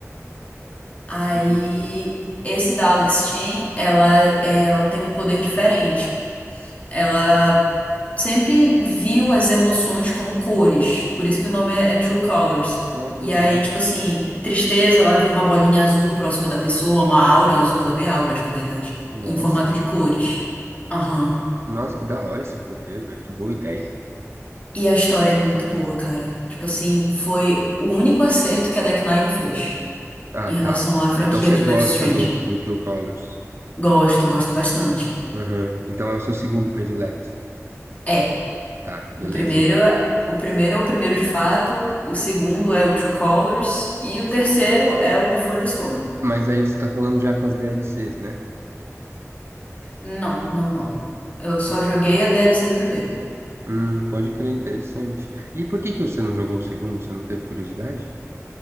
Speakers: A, on the left; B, on the right.
A: Aí,
B: entendi.
A: esse da Alex Chen, ela, ela tem um poder diferente. ela sempre viu as emoções como cores, por isso que o nome é, é True Colors.
B: Ah, que
A: E
B: legal.
A: aí, tipo assim, tristeza, ela viu uma bolinha azul próxima da pessoa, uma aura azul, ela vê auras, na verdade,
B: Nossa,
A: em formato de cores. Aham.
B: nossa, que da hora esse poder, velho. Que boa ideia.
A: E a história é muito boa, cara. Tipo assim, foi o único acerto que a Deck Nine fez
B: Ah,
A: em
B: tá.
A: relação à franquia
B: Então você
A: de
B: gosta
A: Life is Strange.
B: do, do True Colors.
A: Gosto, gosto bastante.
B: Uhum. Então é o seu segundo predileto.
A: É.
B: Tá, beleza.
A: O primeiro é o primeiro é o primeiro de fato, o segundo é o True Colors e o terceiro é o Before the Storm.
B: Mas aí você tá falando já com as DLCs, né?
A: Não, não, não. Eu só
B: Não?
A: joguei a DLC do primeiro.
B: Hum, pode crer, interessante. E por que que você não jogou o segundo? Você não teve curiosidade?